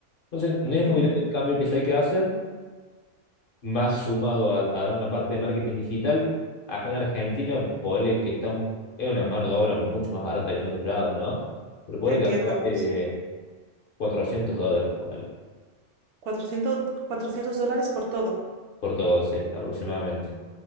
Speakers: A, on the left (about 55°); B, on the right (about 65°).
A: Entonces, no es
B: ujú,
A: muy grande el cambio que ya hay que hacer, más sumado a, a una parte de marketing digital. Acá en Argentina, ponele que estamos, es una mano de obra mucho más barata que en otros lados, ¿no? Pero ponele
B: Entiendo,
A: que acá vale
B: sí.
A: 400 dólares ponele,
B: 400, 400 dólares por todo.
A: por 12 aproximadamente.